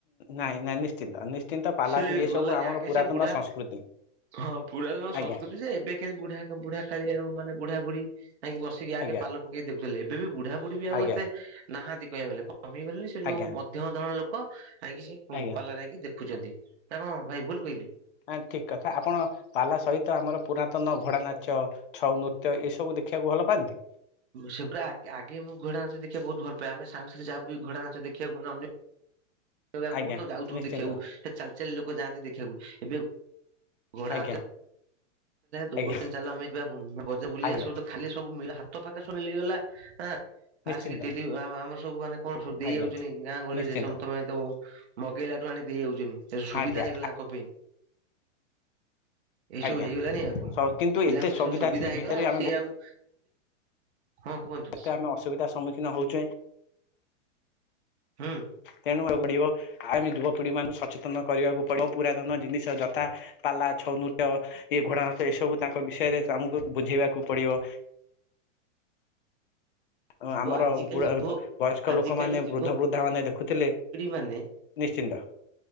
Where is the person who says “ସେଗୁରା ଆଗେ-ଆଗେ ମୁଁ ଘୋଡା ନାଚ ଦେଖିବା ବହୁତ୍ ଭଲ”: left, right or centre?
Right